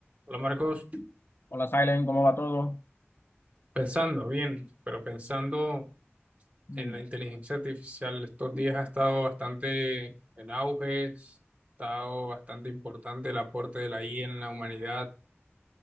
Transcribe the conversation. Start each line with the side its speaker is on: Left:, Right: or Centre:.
Right: Hola Marcos,
Left: Hola, Silent, ¿cómo va todo?
Right: pensando bien, pero pensando
Left: Mm.
Right: en la inteligencia artificial, estos días ha estado bastante en auge, ha estado bastante importante el aporte de la IA en la humanidad.